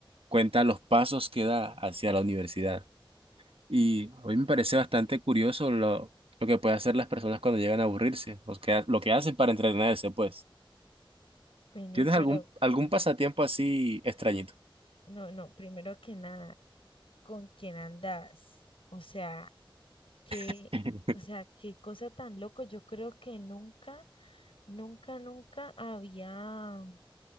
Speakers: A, on the right (about 80°); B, on the left (about 75°).
A: cuenta los pasos que da hacia la universidad. Y a mí me parece bastante curioso lo, lo que pueden hacer las personas cuando llegan a aburrirse, lo que ha- lo que hacen para entretenerse, pues.
B: Vení,
A: ¿Tienes
B: pero
A: algún, algún pasatiempo así extrañito?
B: no, no, primero que nada, ¿con quién andas? O sea, Qué,
A: <laughs>
B: o sea, qué cosa tan loco. Yo creo que nunca, nunca, nunca había,